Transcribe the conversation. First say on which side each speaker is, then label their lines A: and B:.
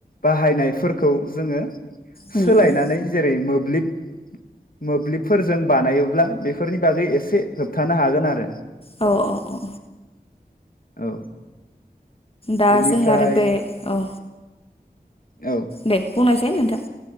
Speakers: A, on the left; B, on the left.
A: बाहायनायफोरखौ जोङो
B: उम
A: सोलायनानै जेरै मोब्लिब मोब्लिबफोरजों बानायोब्ला बेफोरनि बागै एसे होबथानो हागोन आरो।
B: औ औ
A: औ
B: दा
A: बेनिफ्राय
B: जों आरो बे औ
A: औ
B: दे बुंनायसै नोंथां?